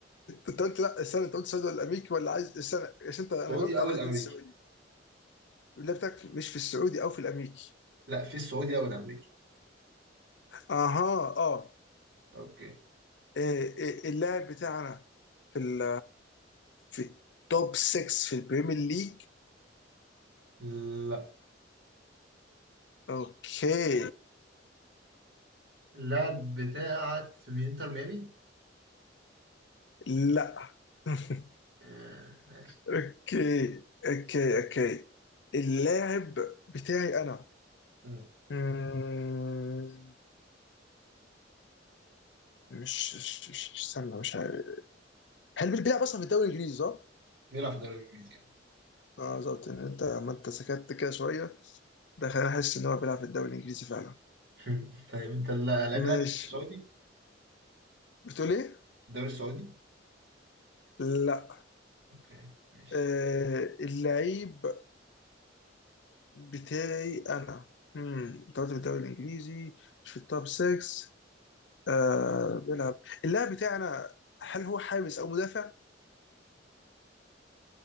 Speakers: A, on the left; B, on the right.
A: انت قلت لا استنى انت قلت السعودي ولا الامريكي ولا عايز استنى عشان انت انا
B: السعودي
A: جاوبت
B: او
A: على
B: الامريكي
A: حته السعودي اللاعب بتاعك مش في السعودي او في الامريكي
B: لا في السعودي او الامريكي
A: اها اه
B: اوكي
A: إيه، إيه، اللاعب بتاعنا في ال في توب 6 في البريمير ليج
B: لا
A: اوكي
B: اللاعب بتاعك في مي- انتر ميامي
A: لا <laughs>
B: آه، ماشي
A: اوكي اوكي اوكي اللاعب بتاعي انا
B: امم
A: مم، مش مش مش- استنى مش عارف هل بيلعب اصلا في الدوري الانجليزي صح؟
B: بيلعب في الدوري الانجليزي يعني
A: اه بالظبط ان انت لما انت سكت كده شويه ده خلاني احس ان هو بيلعب في الدوري الانجليزي فعلا
B: <laughs> طيب انت اللاعب بتاعك
A: ماشي
B: في الدوري السعودي
A: بتقول ايه؟
B: الدوري السعودي
A: لا
B: اوكي ماشي
A: آه اللعيب بتاعي انا امم انت قلت في الدوري الانجليزي مش في التوب 6 آه بيلعب اللاعب بتاعي انا هل هو حارس او مدافع؟